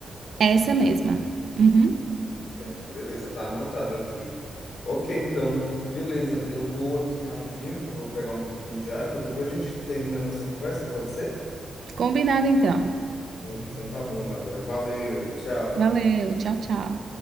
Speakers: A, on the right; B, on the left.
A: essa mesma. Uhum.
B: Certo, beleza, tá anotado aqui. Ok, então, beleza. Eu vou aqui rapidinho, que eu vou pegar um pouquinho de água. Depois a gente termina a nossa conversa, pode ser?
A: Combinado então.
B: então tá bom, Bárbara. Valeu, tchau.
A: Valeu, tchau, tchau.